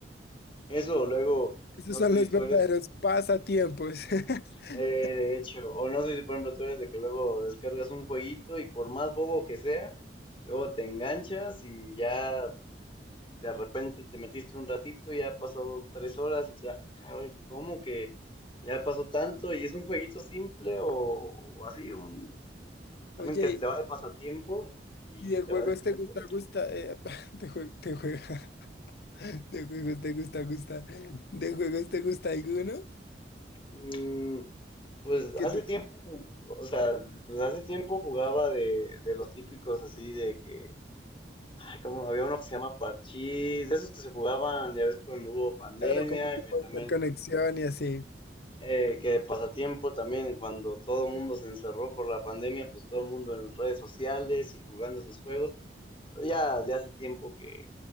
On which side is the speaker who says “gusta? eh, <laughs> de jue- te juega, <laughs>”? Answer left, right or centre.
Left